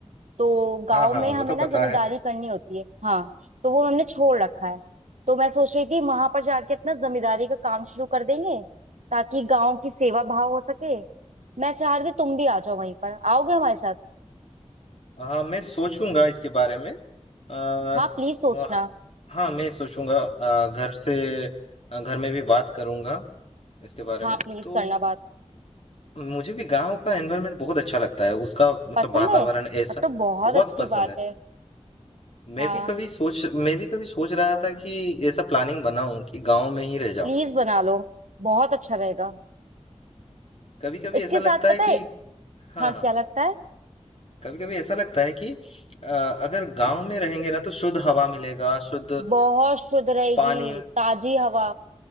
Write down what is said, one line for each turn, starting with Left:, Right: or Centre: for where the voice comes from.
Right: तो गांव
Left: हाँ हाँ
Right: में
Left: वो
Right: हमें
Left: तो
Right: ना
Left: पता
Right: जमींदारी
Left: है
Right: करनी होती है हाँ तो वो हमने छोड़ रखा है तो मैं सोच रही थी वहां पर जाके अपना जमींदारी का काम शुरू कर देंगे ताकि गांव की सेवा भाव हो सके मैं चाह रही थी तुम भी आ जाओ वहीं पर आओगे हमारे साथ
Left: हाँ मैं सोचूंगा इसके बारे में आ,
Right: हाँ प्लीज सोचना
Left: वह- हाँ मैं सोचूंगा आ, घर से आ, घर में भी बात करूंगा इसके बारे
Right: हाँ
Left: में
Right: प्लीज
Left: तो
Right: करना बात
Left: मुझे भी गांव का एनवायरनमेंट बहुत अच्छा लगता है उसका मतलब
Right: पसंद
Left: वातावरण
Right: है
Left: ऐसा
Right: तब तो बहुत
Left: बहुत
Right: अच्छी
Left: पसंद
Right: बात
Left: है
Right: है
Left: मैं
Right: हाँ
Left: भी कभी सोच मैं भी कभी सोच रहा था कि ऐसा प्लानिंग बनाऊं कि गांव में ही रह जाऊं
Right: प्लीज बना लो बहुत अच्छा रहेगा
Left: कभी कभी
Right: इसके
Left: ऐसा लगता
Right: साथ
Left: है
Right: पता है
Left: कि हाँ
Right: हाँ क्या लगता है
Left: कभी कभी ऐसा लगता है कि अ, अगर गांव में रहेंगे ना तो शुद्ध हवा मिलेगा शुद्ध अ,
Right: बहुत शुद्ध रहेगी
Left: पानी
Right: ताजी हवा